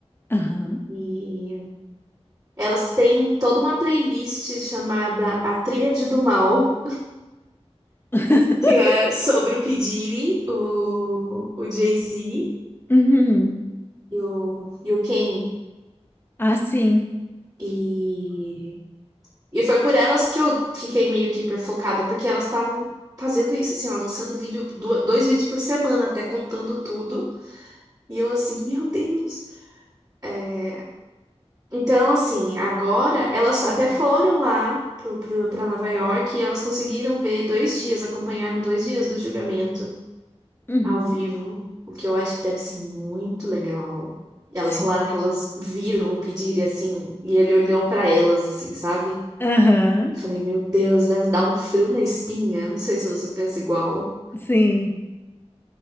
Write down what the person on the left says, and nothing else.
Aham.
<laughs>
Uhum.
Ah, sim.
Uhum.
Uhum.
Sim.
Aham.
Hum,
Sim.